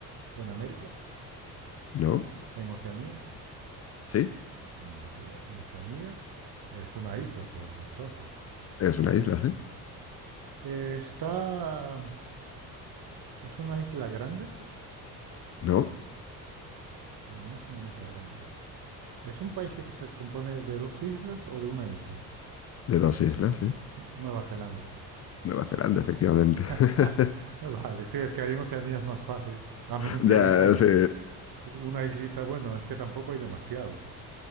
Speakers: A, on the right; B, on the left.
A: ¿En América?
B: no.
A: ¿En Oceanía?
B: Sí,
A: Vale, en Oceanía. Es una isla, por entonces.
B: es una isla, sí.
A: Eh, está... ¿Es una isla grande?
B: No,
A: No es una isla grande. ¿Es un país que se compone de dos islas o de una isla?
B: de dos islas, sí.
A: Nueva Zelanda.
B: Nueva Zelanda, efectivamente. <laughs>
A: <laughs> Vale, sí, es que ahí en Oceanía es más fácil, a menos
B: Ya,
A: que elijas
B: sí,
A: una islita, bueno, es que tampoco hay demasiado.